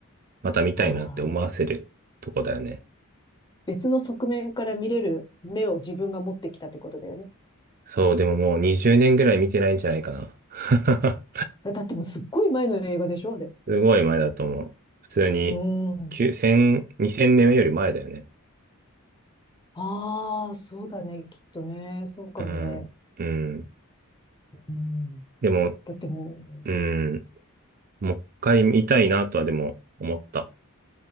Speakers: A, on the right; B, on the left.
A: また見たいなって思わせるとこだよね。
B: ああ。別の側面から見れる目を自分が持ってきたってことだよね。
A: そう、でももう20年ぐらい見てないんじゃないかな。<laughs>
B: だってもうすっごい前の映画でしょ、あれ。
A: すごい前だと思う。普通に、
B: うん。
A: 9 0 0 2000年より前だよね。
B: ああ、そうだね、きっとね。そうかもね。
A: うん。うん。
B: うん。
A: でも、
B: だってもう、
A: うん。もう一回見たいなとはでも思った。